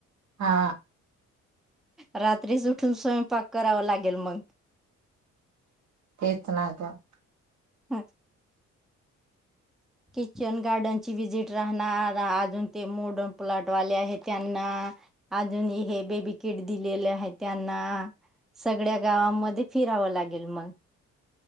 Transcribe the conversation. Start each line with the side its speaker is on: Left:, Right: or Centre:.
Right: हा
Centre: रात्रीच उठून स्वयंपाक करावा लागेल मग
Right: तेच ना ग
Centre: हम् किचन गार्डन ची विजिट राहणार अजून ते मोडर्न प्लॉट वाले आहेत त्यांना अजून हे बेबी किट दिलेले आहे त्यांना सगळ्या गावमध्ये फिरावं लागेल मग.